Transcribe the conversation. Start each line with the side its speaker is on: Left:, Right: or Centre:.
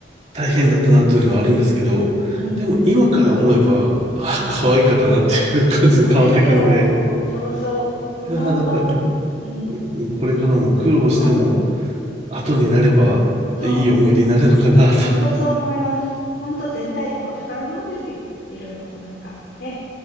Right: 大変だったなというのはあるんですけど、
Left: うん、
Right: でも今から思えば、あ、
Left: はい。
Right: 可愛かったなっていう感じに変わっていくんで、
Left: そうですよ。そうそう。ほんとほんと。
Right: いや、だから、
Left: うん、
Right: うんこれからも苦労しても、
Left: はい。
Right: 後になればいい思い出になるのかなと。
Left: そう。ほんとそう思います。ほんと絶対、もう宝物ですよ。いろいろ、なんか、ね。